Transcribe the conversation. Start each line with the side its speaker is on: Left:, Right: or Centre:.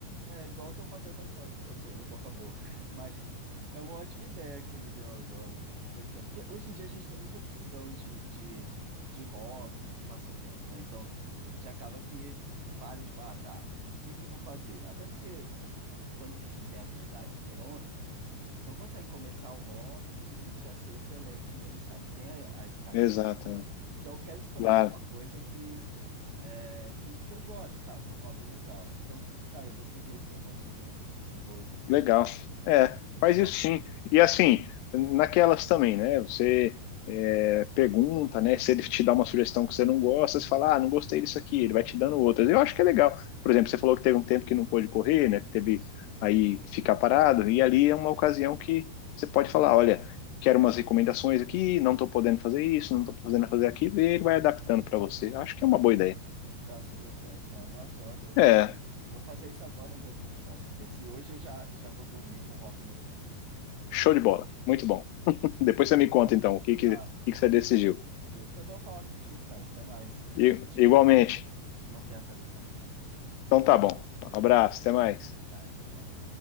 Right: É igual eu tô fazendo agora com você, no boca a boca. <laughs> Mas é uma ótima ideia que você me deu agora. tipo, pesquisar. Porque hoje em dia a gente tem muita opção de, de, de hobbies e de passatempos, né? Então a gente acaba que para, tipo, ah, tá, o que que eu vou fazer? Até porque quando a gente não tem habilidades prontas, você não consegue começar o hobby e já ser excelente nele, sabe? Tem a, a escadinha.
Left: Exato.
Right: Então eu quero escolher
Left: Lá
Right: alguma coisa que é, que, que eu gosto, sabe? Um hobby legal. Então, cara, eu vou seguir esse seu conselho aí. Eu vou,
Left: Legal. É,
Right: vou
Left: faz isso
Right: agora
Left: sim. E assim, naquelas também, né? Você é, pergunta, né? Se ele te dá uma sugestão que você não gosta, você fala, ah, não gostei disso aqui, ele vai te dando outras. Eu acho que é legal. Por exemplo, você falou que teve um tempo que não pôde correr, né? Que teve aí que ficar parado, e ali é uma ocasião que você pode falar, olha, quero umas recomendações aqui, não tô podendo fazer isso, não tô podendo fazer aquilo, e ele vai adaptando para você. Eu acho que é uma boa ideia.
Right: dar sugestões, né? Nossa, eu adorei
Left: É,
Right: isso. Vou fazer isso agora mesmo, na verdade. Ver se hoje eu já, já vou dormir com um hobby novo.
Left: show de bola. Muito bom. <laughs> Depois você me
Right: Ô,
Left: conta,
Right: cara,
Left: então, o que, que,
Right: tá.
Left: o que que você decidiu.
Right: Beleza. Foi bom falar contigo, cara. Até mais. Depois
Left: I-
Right: eu te,
Left: Igualmente.
Right: depois eu te te mantenho atualizado.
Left: Então tá bom.
Right: Beleza.
Left: Um abraço, até mais.
Right: Tá, tchau, tchau.